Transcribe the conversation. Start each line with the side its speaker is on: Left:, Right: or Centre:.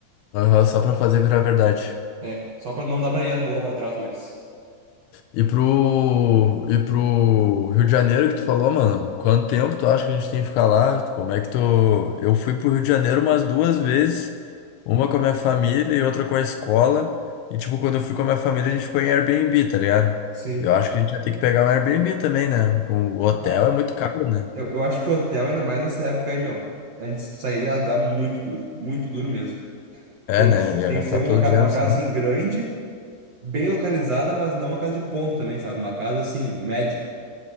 Left: Aham, só pra fazer virar verdade.
Right: É, só pra não dar pra ir voltar pra trás mais.
Left: E pro, e pro Rio de Janeiro que tu falou, mano, quanto tempo tu acha que a gente tem que ficar lá? Como é que tu. Eu fui pro Rio de Janeiro umas duas vezes, uma com a minha família e outra com a escola. E tipo, quando eu fui com a minha família, a gente ficou em Airbnb, tá ligado?
Right: Sim.
Left: Eu acho que a gente vai ter que pegar um Airbnb também, né? Com o hotel
Right: Ah.
Left: é muito caro, né?
Right: Eu, eu acho que hotel, ainda mais nessa época aí, meu, a gente sairia lá de lá muito duro, muito duro mesmo.
Left: É,
Right: Tem,
Left: né?
Right: que-
Left: Ia
Right: tem
Left: gastar
Right: que ser uma,
Left: todo
Right: ca-
Left: o dinheiro
Right: uma
Left: só.
Right: casa assim grande, bem localizada, mas não uma casa de ponto também, sabe? Uma casa assim, média.